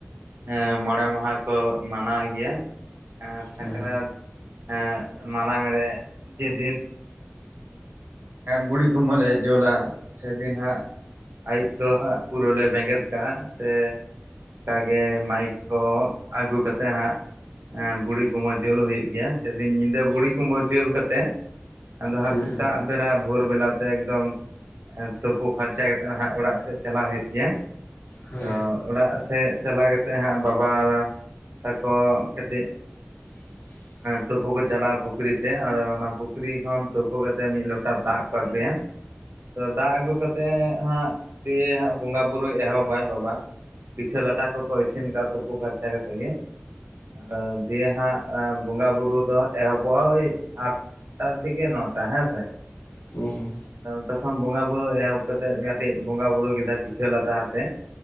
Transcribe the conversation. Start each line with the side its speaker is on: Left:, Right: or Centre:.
Right: ᱦᱮᱸ ᱢᱚᱬᱮ ᱢᱟᱦᱟ ᱠᱚ ᱢᱟᱱᱟᱣ ᱜᱮᱭᱟ ᱮᱸ ᱥᱟᱠᱨᱟᱛ
Left: ᱦᱮᱸ
Right: ᱮᱸ ᱢᱟᱲᱟᱝ ᱨᱮ ᱡᱮᱫᱤᱱ ᱵᱩᱲᱤ ᱠᱩᱢᱵᱟᱹᱞᱮ ᱡᱳᱞᱟ ᱥᱮᱫᱤᱱ ᱦᱟᱸᱜ ᱟᱹᱭᱩᱵ ᱫᱚ ᱦᱟᱸᱜ ᱯᱩᱨᱟᱹ ᱞᱮ ᱵᱮᱸᱜᱮᱫ ᱠᱟᱜ-ᱟ ᱥᱮ ᱜᱮ ᱢᱟᱭᱤᱠ ᱠᱚ ᱟᱹᱜᱩ ᱠᱟᱛᱮᱫ ᱦᱟᱸᱜ ᱵᱩᱲᱤ ᱠᱩᱢᱵᱟᱹ ᱡᱩᱞ ᱦᱩᱭᱩᱜ ᱜᱮᱭᱟ᱾ ᱥᱮᱫᱤᱱ ᱧᱤᱫᱟᱹ ᱵᱩᱲᱤ ᱠᱩᱢᱵᱟᱹ ᱡᱩᱞ ᱠᱟᱛᱮᱫ ᱟᱫᱚ ᱦᱟᱸᱜ
Left: ᱦᱮᱸ
Right: ᱥᱮᱛᱟᱜ ᱵᱮᱲᱟ ᱵᱷᱳᱨ ᱵᱮᱞᱟᱛᱮ ᱮᱠᱫᱚᱢ ᱛᱩᱯᱩ ᱯᱷᱟᱨᱪᱟ ᱠᱟᱛᱮᱜ ᱦᱟᱸᱜ ᱚᱲᱟᱜ ᱥᱮᱫ ᱪᱟᱞᱟᱣ ᱦᱩᱭᱩᱜ ᱜᱮᱭᱟ᱾
Left: ᱦᱮᱸ
Right: ᱛᱚ ᱚᱲᱟᱜ ᱥᱮᱫ ᱪᱟᱞᱟᱣ ᱠᱟᱛᱮᱫ ᱦᱟᱸᱜ ᱵᱟᱵᱟ, ᱛᱟᱠᱚ, ᱠᱟᱹᱴᱤᱡ
Left: <inaudible>
Right: ᱛᱩᱯᱩ ᱠᱚ ᱪᱟᱞᱟᱜᱼᱟ ᱯᱩᱠᱷᱨᱤ ᱥᱮᱫ ᱟᱨ ᱚᱱᱟ ᱯᱩᱠᱷᱨᱤ ᱠᱷᱚᱱ ᱛᱩᱯᱩ ᱠᱟᱛᱮᱜ ᱢᱤᱫ ᱞᱚᱴᱟ ᱫᱟᱜ ᱠᱚ ᱟᱹᱜᱩᱭᱟ ᱛᱚ ᱫᱟᱜ ᱟᱹᱜᱩ ᱠᱟᱛᱮᱫ ᱦᱟᱸᱜ ᱫᱤᱭᱮ ᱦᱟᱸᱜ ᱵᱚᱸᱜᱟ ᱵᱳᱨᱳᱭ ᱮᱦᱚᱵᱟᱭ ᱵᱟᱵᱟ᱾ ᱯᱤᱴᱷᱟᱹ ᱞᱟᱴᱷᱟ ᱠᱚᱠᱚ ᱤᱥᱤᱱ ᱠᱟᱜ-ᱟ ᱛᱩᱯᱩ ᱯᱷᱟᱨᱪᱟ ᱠᱟᱛᱮ ᱜᱮ᱾ ᱟᱫᱚ ᱫᱤᱭᱮ ᱦᱟᱸᱜ ᱵᱚᱸᱜᱟ ᱵᱩᱨᱩ ᱫᱚ ᱮᱦᱚᱵᱚᱜ-ᱟ, ᱦᱳᱭ ᱟᱴ ᱛᱷᱮᱠᱮ ᱱᱚᱴᱟ ᱦᱮᱸ ᱥᱮ
Left: ᱦᱩᱸ ᱦᱩᱸ
Right: ᱛᱚᱠᱷᱚᱱ ᱵᱚᱸᱜᱟ ᱵᱩᱨᱩ ᱮᱦᱚᱵ ᱠᱟᱛᱮᱜ ᱠᱟᱹᱴᱤᱡ ᱵᱚᱸᱜᱟ ᱵᱩᱨᱩ ᱠᱮᱫᱟ ᱯᱤᱴᱷᱟᱹ ᱞᱟᱴᱷᱟ ᱟᱛᱮ